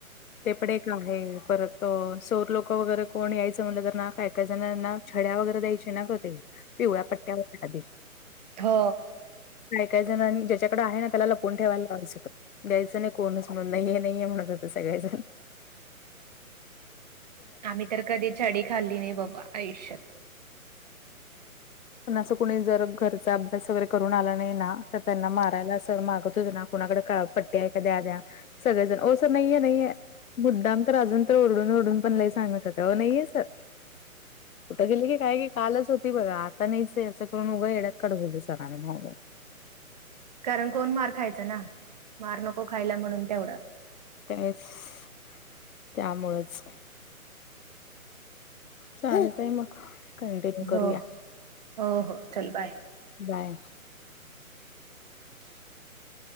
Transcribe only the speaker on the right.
हो
आम्ही तर कधी छडी खाल्ली नाही बाबा आयुष्यात.
कारण कोण मार खायचा ना मार नको खायला म्हणून तेवढं
हो
हो हो चल बाय
<inaudible>